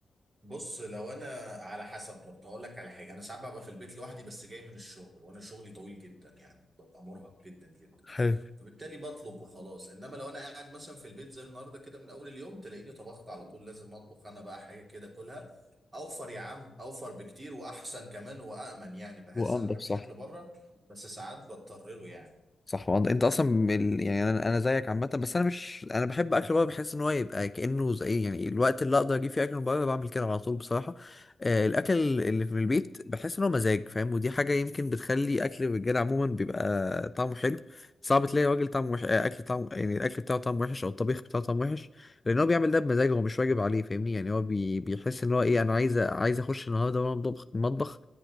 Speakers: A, on the right; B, on the left.
A: بص لو انا على حسب برضه هقول لك على حاجه انا ساعات ببقى في البيت لوحدي بس جاي من الشغل وانا شغلي طويل جدا يعني ببقى مرهق جدا جدا
B: حلو
A: فبالتالي بطلب وخلاص انما لو انا قاعد مثلا في البيت زي النهارده كده من اول اليوم تلاقيني طبخت على طول لازم اطبخ انا بقى حاجه كده كلها اوفر يا عم اوفر بكتير واحسن كمان وامن يعني بحس
B: وانضف
A: انا ما بحبش
B: صح
A: اكل بره بس ساعات بضطر له يعني
B: صح وانت انت اصلا من ال... يعني انا انا زيك عامه بس انا مش انا بحب اكل بره بحس ان هو يبقى كانه زي يعني الوقت اللي اقدر اجيب فيه اكل من بره بعمل كده على طول بصراحه آه الاكل اللي في البيت بحس ان هو مزاج فاهم ودي حاجه يمكن بتخلي اكل الرجاله عموما بيبقى طعمه حلو صعب تلاقي راجل طعمه وحش آه، اكل طعمه يعني الاكل بتاعه طعمه وحش او الطبيخ بتاعه طعمه وحش لان هو بيعمل ده بمزاج هو مش واجب عليه فاهمني يعني هو بي... بيحس ان هو ايه انا عايز عايز اخش النهارده المطبخ المطبخ